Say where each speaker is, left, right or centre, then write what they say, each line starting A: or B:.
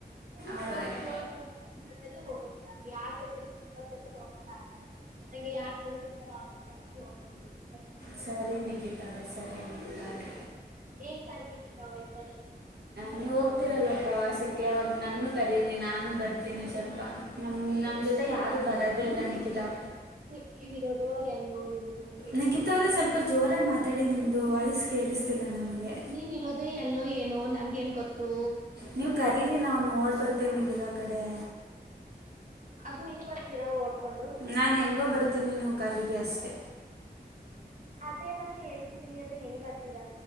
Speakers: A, on the right (about 50°); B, on the right (about 75°).
A: <unintelligible>
B: ಆವರೆಗೆ
A: ನಂಗೆ ಯಾರ್ ಕ್ಲೋಸ್ ಇರ್ತಾರೋ ಅವ್ರ ಜೊತೆ ಅಷ್ಟೇ ಹೋಗ್ತೀವಿ ಗೊ
B: ಸರಿ ನಿಕಿತಾ ಅವ್ರೆ ಸರಿ ನಿಕಿತಾ ಅವ್ರೆ.
A: ಈ ಸಾರಿ ನಿಕಿತಾ ಅವ್ರೆ ಸರೀ.
B: ನೀವು ಹೋಗ್ತಿರಲ್ವ ಪ್ರವಾಸಕ್ಕೆ ಅವಾಗ ನನ್ನು ಕರೀರಿ ನಾನು ಬರ್ತೀನಿ ಸ್ವಲ್ಪ ನಮ ನಮ ಜೊತೆ ಯಾರು ಬರೋದೇ ಇಲ್ಲ ನಿಕಿತಾವ
A: <unintelligible> ಇರೋದು ಎಲ್ಲೋ ಏನೋ. ನನ್ಗೇನ್
B: ನಖಿತ
A: ಗೊತ್ತು
B: ಅವರೇ ಸ್ವಲ್ಪ ಜೋರಾಗಿ ಮಾತಾಡಿ ನಿಮ್ದ ವಾಯ್ಸ್ ಕೇಳಿಸ್ತಿಲ್ಲ ನಮಗೆ.
A: ನೀವ ಇರೋದೆೇ ಎಲ್ಲೋ ಏನೋ ನಂಗ ಎನ್ ಗೊತ್ತು.
B: ನೀವು ಕರೀರಿ ನಾವ್ ನೋಡ್ ಬರ್ತೆವೆ ನೀವ್ ಇರೋ ಕಡೆ.
A: ಅದು ಈಗ್ ಬರ್ತೀರಾ ಓಡ್ಕೊಂಡು.
B: ನಾನ್ ಹೆಂಗೋ ಬರ್ತೀನಿ ನೀವು ಕರಿರಿ ಅಷ್ಟೇ.
A: ಅದೇ ನಾನು ಹೇಳ್ತಿದೀನಿ ಅದು ಹೆಂಗ್ ಬರ್ತೀರಾ.